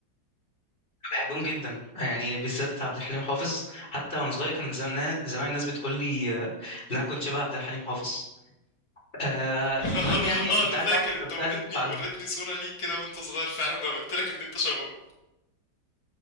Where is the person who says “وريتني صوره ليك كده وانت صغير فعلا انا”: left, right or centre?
Left